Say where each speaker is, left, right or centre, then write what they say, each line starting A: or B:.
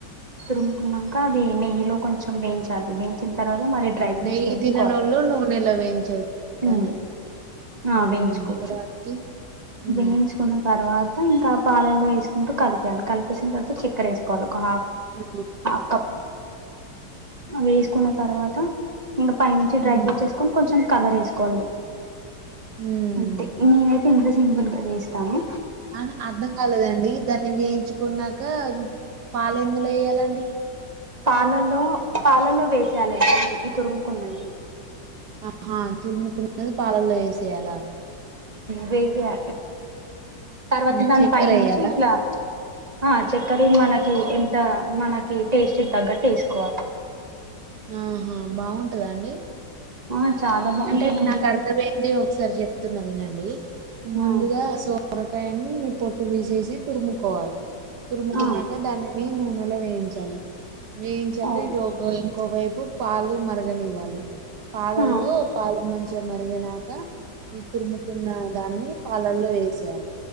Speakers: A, on the right; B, on the right.
A: తురుముకున్నంక అది నెయ్యిలో కొంచెం వేయించాలి వేయించిన తర్వాత మరి డ్రై
B: ఆ
A: ఫ్రూట్స్
B: నెయ్యి
A: వేంచుకోవాలి
B: తిననోళ్ళు నూనెలో వేయించొద్దండి
A: ఉ ఆ
B: ఉమ్
A: వేయించుకోవచ్చు
B: తర్వాతకి ఉమ్
A: వేయించుకున్న తర్ తర్వాత ఇంకా పాలల్లో వేసుకుంటూ కలిపి కలిపేసిన తర్వాత చక్కర వేసుకోవాలి ఒక హాఫ్
B: ఆ
A: హాఫ్ కప్ అవి వేసుకున్న తర్వాత ఇంకా పైనుంచి డ్రై
B: ఉమ్
A: ఫ్రూట్స్ వేసుకొని కొంచెం కలర్ వేసుకోవాలి
B: హ్మ్
A: అంతే నేనైతే ఇంత సింపుల్గా వేస్తాను
B: అ అర్ధం కాలేదండి దాన్ని వేయించుకున్నాక పాల ఎందులో వేయ్యాలండి
A: పాలల్లో పాలల్లో వేసెయాలండి ఈ తురుముకున్నవి
B: ఆహా తురుముకున్నది పాలల్లో వేసేలా
A: వేవేయాలి తర్వాత
B: హ్మ్.
A: దాని
B: చక్కెర
A: పై నుంచి
B: ఎయ్యాలా?
A: ఇట్లా ఆ చక్కర మనకి ఎంత మనకి టేస్ట్ తగ్గట్టు వేసుకోవాలి
B: ఆహా బాగుంటద అండి
A: ఆ చాలా బాగుంటదండి
B: అంటే నాకు అర్థమైంది ఒకసారి చెప్తున్నా వినండి ముందుగా
A: ఆ
B: సోమరకాయ ని పొ సేసి తురుముకోవాలి తురుముకున్నాక
A: ఆ
B: దానిని నూనెలో వేయించాలి వేయించాక
A: అవును
B: ఇటు ఇంకోవైపు పాలు మరగనివ్వాలి పాలల్లో
A: ఆ
B: పాలు మంచిగా మరిగినాక ఈ తురుముకున్న దాన్ని పాలల్లో వేసేయాలి